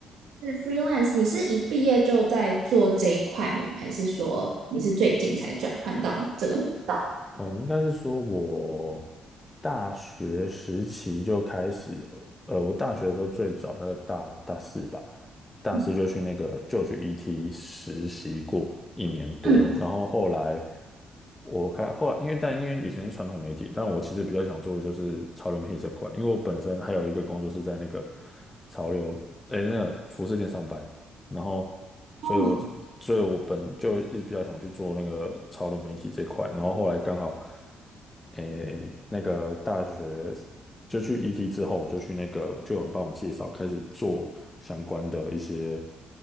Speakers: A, on the right (about 70°); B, on the left (about 20°).
A: 是 freelance，你是一毕业就在做这一块吗？还是说你是最近才转换到这个频道？
B: 哦，应该是说我大学时期就开始有，呃，我大学的时候最早那个大大四吧，大四就去那个就去
A: 嗯
B: ET 实习过一年多，
A: 嗯
B: 然后后来。我看后来，因为但因为以前是传统媒体，但我其实比较想做的就是潮流媒体这块，因为我本身还有一个工作是在那个潮流，诶，那个服饰店上班，然后，所以我只所以我本就一直比较想去做那个潮流媒体这块，
A: 嗯
B: 然后后来刚好，诶，那个大学就去 ET 之后，我就去那个就有人帮我介绍，开始做相关的一些